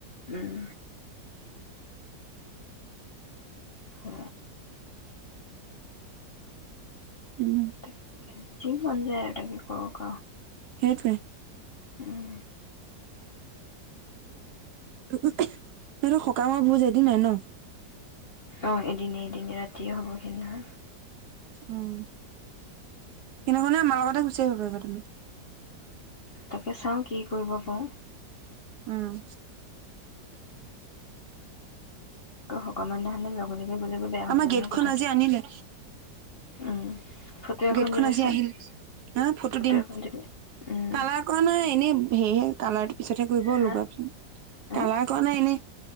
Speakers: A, on the left; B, on the right.
A: উম। হ
B: উম।
A: তাকে যি বন যায় তাকে কো ক
B: সেইটোৱে।
A: অহ।
B: সেইটো সকামৰ ভোজ এদিন নাই ন'।
A: অ', এদিনে, এদিনে ৰাতিয়ে হ'ব সেই দিনে
B: উম, এনে কাৰণে আমাৰ লগতে গুচি আহিব পাৰিবা তুমি।
A: তাকে চাও কি কৰিব পাৰো।
B: উম।
A: সকান ধানে লগে গ'লেগৈ বেয়া হ'ব
B: আমাৰ গেটখন
A: নহয় কথাটো
B: আজি আনিলে।
A: উম ফটো এখন
B: গেটখন
A: দিবিচোন
B: আজি আহিল হা ফটো দিম
A: এখন দিবি উম
B: কালাৰ কৰা নাই এনে হে। কালাৰ পিছতহে কৰিব
A: হা
B: লগাবচোন
A: হা
B: কালাৰ কৰা নে এনে